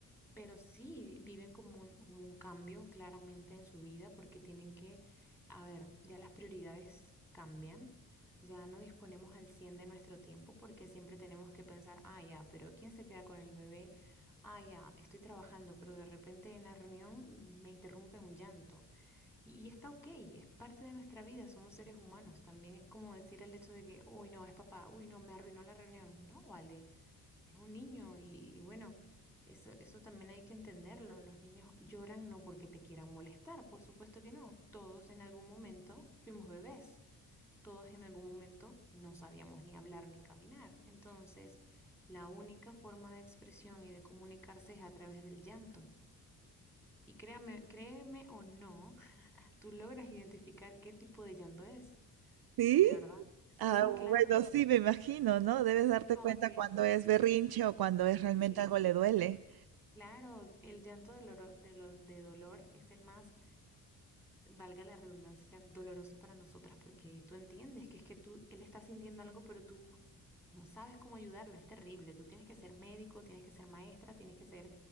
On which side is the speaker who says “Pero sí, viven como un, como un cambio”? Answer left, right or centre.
Centre